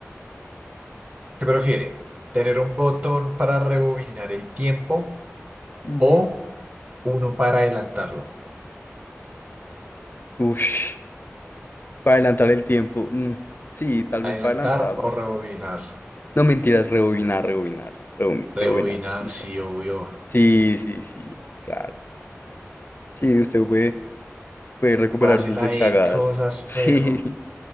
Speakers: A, on the right; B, on the left.
A: ¿Qué prefiere? ¿Tener un botón para rebobinar el tiempo
B: Ujú.
A: o uno para adelantarlo?
B: Ush, para adelantar el tiempo. mm, sí, tal vez
A: ¿Adelantar
B: para adelantarlo.
A: o rebobinar?
B: No mentiras, rebobinar, rebobinar, rebobi-
A: Rebobinar,
B: rebobinar, sí,
A: sí,
B: ¿sabes?
A: obvio.
B: Sí, sí, sí, claro. Sí, usted puede, puede recuperar
A: Puedes hacer
B: sus
A: la de
B: cagadas.
A: cosas,
B: Sí,
A: perro.